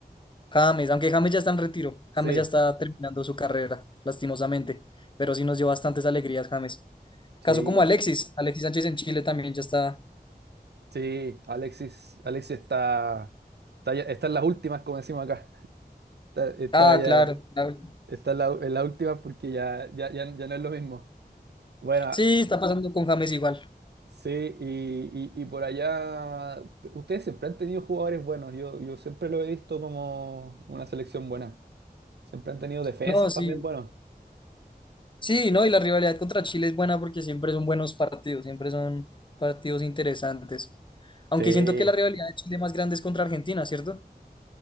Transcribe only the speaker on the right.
Sí,
sí,
sí. Alexis, Alexis está, está, ya- está en las últimas, como decimos acá. Está, está
ya,
está en la- en las últimas porque ya, ya, ya, ya no es lo mismo. Bueno,
Sí, y, y- y por allá, ustedes siempre han tenido jugadores buenos, yo, yo siempre lo he visto como una selección buena, siempre han tenido defensas
también buenos.
Sí,